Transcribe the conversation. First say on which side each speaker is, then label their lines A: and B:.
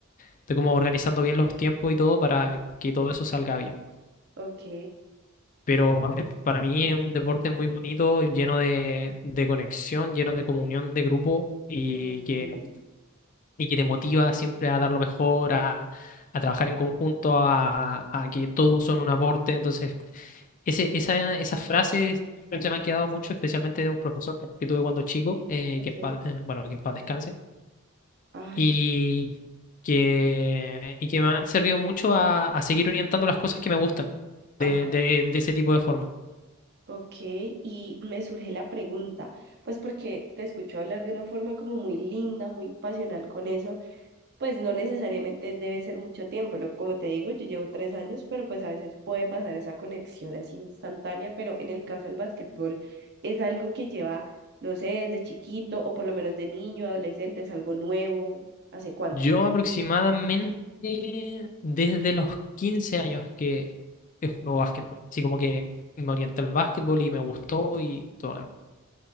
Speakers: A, on the left; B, on the right.
A: estoy como organizando bien los tiempos y todo para que todo eso salga bien.
B: ok,
A: Pero Ujú. eh, para mí es un deporte muy bonito, lleno de, de conexión, lleno de comunión de grupo y
B: ujú,
A: que, y que te motiva siempre a dar lo mejor, a, a trabajar en conjunto, a, a a que todos son un aporte, entonces... Ese, esa, esas frases se me han quedado mucho, especialmente de un profesor que tuve cuando chico, eh,
B: ok,
A: que en paz- eh, bueno, que en paz descanse,
B: ay,
A: y que, y que me han servido mucho a, a seguir orientando las cosas que me gustan
B: ajá,
A: de, de, de ese tipo de forma.
B: ok. Y me surge la pregunta, pues porque te escucho hablar de una forma como muy linda, muy pasional con eso. pues no necesariamente debe ser mucho tiempo. lo- Como te digo, yo llevo tres años, pero pues a veces puede pasar esa conexión así instantánea, pero en el caso del básquetbol es algo que lleva, no sé, desde chiquito o por lo menos de niño, adolescente, es algo nuevo. ¿Hace cuánto?
A: Yo aproximadamente desde los 15 años que, que juego básquetbol, así como que me orienté al básquetbol y me gustó y todo.